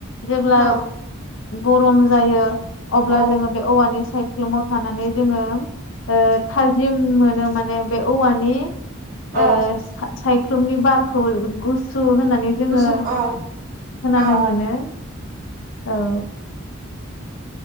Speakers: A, on the left (about 70°); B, on the right (about 40°).
A: जेब्ला
B: औ
A: गरम जायो अब्ला
B: औ
A: जोङो बे औवानि सायख्लुमाव थानानै जोङो ओ थाजिम मोनो माने बे औवानि ओ
B: औ
A: सा-सायख्लुमनि बारखौ गुसु होननानै जोङो
B: गोसोम औ
A: खोनानो
B: औ
A: मोनो औ।